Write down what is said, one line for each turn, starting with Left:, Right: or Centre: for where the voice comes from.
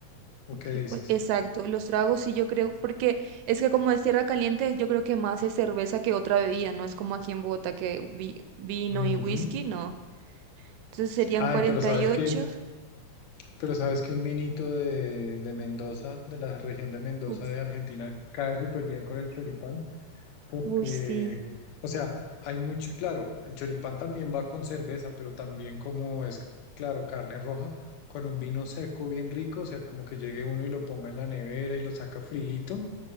Left: ¿O
Right: ok,
Left: qué dices?
Right: cua- exacto. Los tragos sí, yo creo, porque es que como es tierra caliente, yo creo que más es cerveza que otra bebida, no es como aquí en Bogotá que vi- vino
Left: Ujú.
Right: y whisky, no. Entonces serían
Left: Ay,
Right: 48.
Left: pero sabes que, pero sabes que un vinito de, de Mendoza, de la región de Mendoza
Right: Uf,
Left: de Argentina, cae súper bien con el choripán, porque,
Right: uy, sí.
Left: o sea, hay mucho, claro, el choripán también va con cerveza, pero también como es, claro, carne roja, con un vino seco bien rico, o sea, como que llegue uno y lo ponga en la nevera y lo saca friito